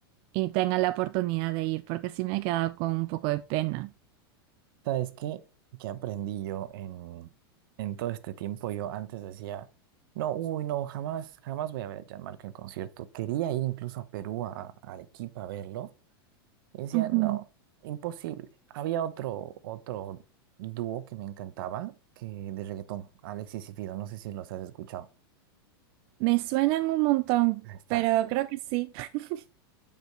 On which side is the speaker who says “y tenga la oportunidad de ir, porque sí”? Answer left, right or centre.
Right